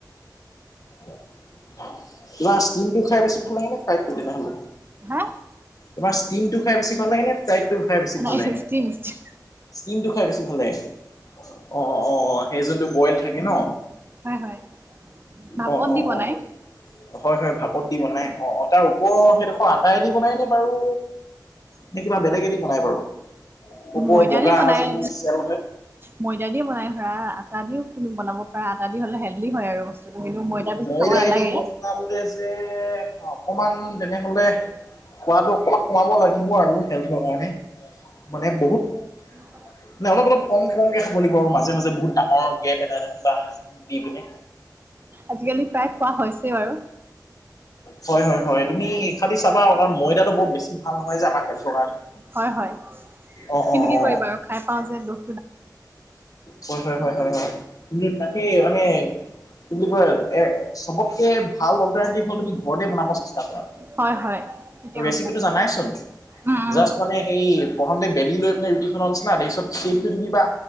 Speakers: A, on the left; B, on the right.
A: তোমাৰ ষ্টিমটো খাই বেছি ভাল লাগে নে, ফ্ৰাইডটো তেনেহলে।
B: হা
A: তোমাৰ ষ্টিমটো খাই বেছি ভাল লাগে নে, ফ্ৰাইডটো খাই বেছি
B: নাই
A: ভাল লাগে।
B: ষ্টিম ষ্টিম
A: ষ্টিমটো খাই বেছি ভাল লাগে। অ', অ', সেই যোনটো বইল থাকে ন।
B: হয় হয় ভাপত
A: অ', অ',
B: দি বনাই।
A: অ', হয়, হয় ভাপত দি বনাই অ, তাৰ ওপ সেইডোখৰ আটাই দি বনাই নে বাৰু। নে কিবা বেলেগে দি বনাই বাৰু? ওপৰৰ
B: ময়দাদী
A: বগা
B: বনাই
A: যোনটো চেল হয়।
B: ময়দা বনাই ধৰা আটা দিও তুমি বনাব পাৰা আটা দি হ'লে হেল্ডি হয় আৰু বস্তুটো কিন্তু মই এ বেছি
A: এৰাই
B: নালাগে
A: দি বননাবোৰে যে অকমান তেনেহলে খোৱাটো অকমান কমাব লাগিব আৰু হেল্থৰ কাৰণে মানে বহুত
B: <inaudible> <inaudible>
A: নাই অলপ অলপ কম কমকে খাব লাগিব আৰু মাজে মাজে বহুত ডাঙৰ গেপ এটা বা দি পিনে
B: আজিকালি প্ৰায় খোৱা হৈছেই বাৰু।
A: হয় হয় হয় তুমি খালি চাবা আৰু কাৰণ ময়দাটো বৰ বেছি ভাল নহয় যে আমাৰ হেল্থৰ কাৰণে
B: হয়, হয়।
A: অ
B: কিন্তু
A: অ
B: কি
A: অ অ
B: কৰিবা আৰু খাই পাওঁ যে দুখ।
A: হয়, হয়, হয়, হয়, হয় তুমি তাকে মানে কি বুলি কয় এ চবতকে ভাল অল্টাৰনেটিভ হল তুমি ঘৰতে বনাব চেষ্টা কৰা
B: হয় হয় ঠিকে
A: আৰু
B: কৈছা
A: ৰেচিপিটো জানাই। শন।
B: উম উম
A: জাষ্ট মানে সেই প্ৰথমতে বেলি লৈ ৰুটিখনৰ নিচিনা <inaudible> দি দিবা।